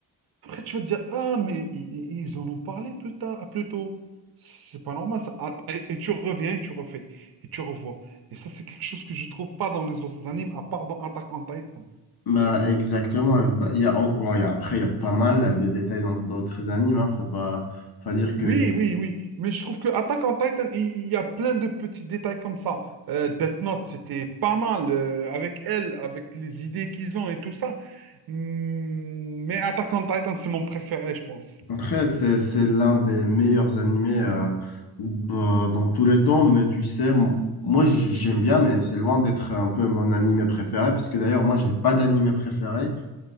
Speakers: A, on the right; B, on the left.
A: Après, tu vas te dire, ah, mais i- i- ils, en ont parlé plus tard, plus tôt. C'est pas normal, ça. Ah, Et, et tu reviens et tu refais, et tu revois. Et ça, c'est quelque chose que je trouve pas dans les autres animes, à part dans Attack on Titan.
B: Bah, exactement. Bah, il y a, en- bon, il y a- après, il y a pas mal euh, de détails dans d'autres animes. hein. Faut pas, faut pas dire que.
A: Oui, oui, oui. Mais je trouve que Attack on Titan, il il y a plein de petits détails comme ça. Euh, Death Note, c'était pas mal euh, avec elle, avec les idées qu'ils ont et tout ça. Hmm, mais Attack on Titan, c'est mon préféré, je pense.
B: Après, c'est, c'est l'un des meilleurs animés euh, bah, dans tous les temps. Mais tu sais, m- moi, j- j'aime bien, mais c'est loin d'être un peu mon animé préféré. Parce que d'ailleurs, moi, j'ai pas d'animé préféré.